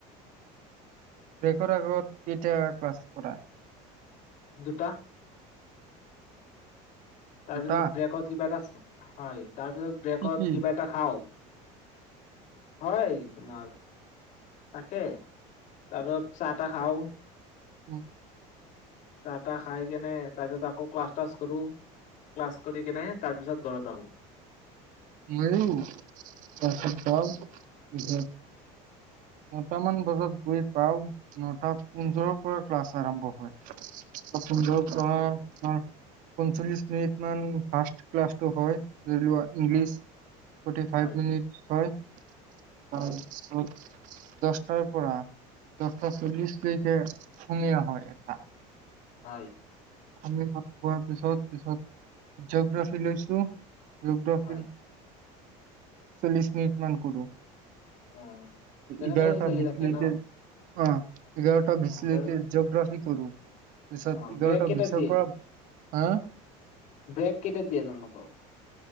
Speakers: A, on the right; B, on the left.
A: ব্ৰেকৰ আগত কেইটা ক্লাছ কৰা?
B: দুটা। তাৰ
A: দুটা?
B: পিছত ব্ৰেকত কিবা এটা হয়। তাৰ পিছত ব্ৰেকত
A: কি কি?
B: কিবা এটা খাওঁ। হয় তোমাৰ তাকে তাৰ পিছত চাহ তাহ খাওঁ।
A: উম।
B: চাহ তাহ খাই কেনে আকৌ ক্লাছ তাছ কৰোঁ, ক্লাছ কৰি কিনে তাৰ পিছত ঘৰত আহোঁ।
A: মইো ক্লাছত যাওঁ, তাৰ পিছত নটামান বজাত গৈ পাওঁ, নটা পোন্ধৰৰ পৰা ক্লাছ আৰম্ভ হয়। <unintelligible>
B: নটা
A: পৰা
B: পোন
A: পঞ্চল্লিশ মিনিট মান ফাৰ্ষ্ট ক্লাছটো হয়। ধৰি লোৱা ইংলিছ
B: হয়
A: ফৰটি ফাইভ
B: হয়
A: মিনিট হয়।
B: হয়
A: অ দহটাৰ পৰা দহটা চল্লিশ লৈকে আসমীয়া হয় এটা।
B: হয়।
A: <unintelligible> পিছত-পিছত জিঅগ্ৰফী লৈছোঁ। জিঅগ্ৰফীৰ
B: হয়
A: চল্লিছ মিনিট মান কৰোঁ।
B: উম। তেনেকে
A: এঘাৰটা
B: সি চলি
A: ভিতলৈকে
B: থাকে ন
A: অ। এঘাৰটা বিছলৈকে
B: অ তাৰপিছত
A: জিগ্ৰাফিক কৰোঁ। পিছত
B: অ
A: এঘাৰটা
B: ব্ৰেক কেইটাত
A: বিছৰ
B: দিয়ে
A: পৰা হা?
B: ব্ৰেক কেইটাত দিয়ে তোমালোকক?